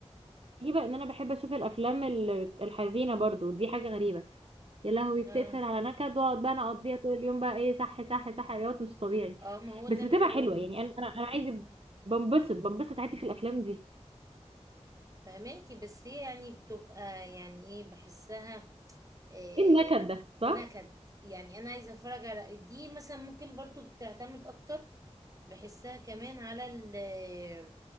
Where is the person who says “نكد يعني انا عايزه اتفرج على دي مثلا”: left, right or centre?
Right